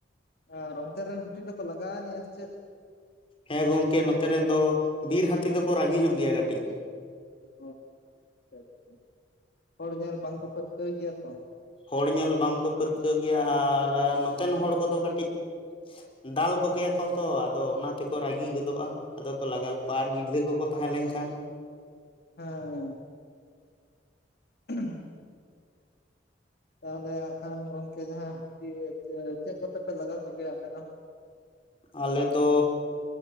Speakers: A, on the left; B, on the left.
A: ᱟᱨ ᱚᱱᱛᱮ ᱨᱮᱱ ᱦᱟᱹᱛᱤ ᱫᱚᱠᱚ ᱞᱟᱜᱟᱣ ᱟᱹᱱᱤᱡ ᱟ ᱥᱮ ᱪᱮᱫ?
B: ᱦᱮᱸ ᱜᱚᱢᱠᱮ ᱱᱚᱛᱮ ᱨᱮᱱ ᱫᱚ ᱵᱤᱨ ᱦᱟᱹᱛᱤ ᱫᱚᱠᱚ ᱨᱟᱹᱜᱤ ᱧᱚᱜ ᱜᱮᱭᱟ ᱠᱟᱹᱴᱤᱡ
A: ᱚ ᱟᱪᱪᱷᱟ ᱟᱪᱪᱷᱟ ᱦᱚᱲ ᱧᱮᱞ ᱵᱟᱝᱠᱚ ᱯᱟᱹᱨᱠᱟᱹᱣ ᱜᱮᱭᱟ ᱛᱚ
B: ᱦᱚᱲ ᱧᱮᱞ ᱵᱟᱝᱠᱚ ᱯᱟᱹᱨᱠᱟᱹᱣ ᱜᱮᱭᱟ ᱟᱨ ᱱᱚᱛᱮᱱ ᱦᱚᱲ ᱠᱚᱫᱚ ᱠᱟᱹᱴᱤᱡ ᱫᱟᱞ ᱠᱚᱜᱮᱭᱟᱠᱚ ᱛᱚ ᱟᱫᱚ ᱚᱱᱟ ᱛᱮᱠᱚ ᱨᱟᱹᱜᱤ ᱜᱚᱫᱚᱜᱼᱟ᱾ ᱟᱫᱚ ᱠᱚ ᱞᱟᱜᱟᱣ ᱠᱚᱣᱟ ᱟᱨ ᱜᱤᱫᱽᱨᱟᱹ ᱠᱚᱠᱚ ᱛᱟᱦᱮᱸ ᱞᱮᱱᱠᱷᱟᱱ
A: ᱦᱮᱸ ᱦᱮᱸ <unintelligible> ᱛᱟᱦᱚᱞᱮ ᱦᱟᱸ ᱠᱷᱟᱱ ᱜᱚᱢᱠᱮ ᱡᱟᱦᱟᱸ ᱦᱟᱹᱛᱤ ᱪᱮᱫ ᱠᱚᱛᱮᱯᱮ ᱞᱟᱜᱟᱣ ᱠᱚᱜᱮᱭᱟ ᱟᱯᱮ ᱫᱚ
B: ᱟᱞᱮ ᱫᱚ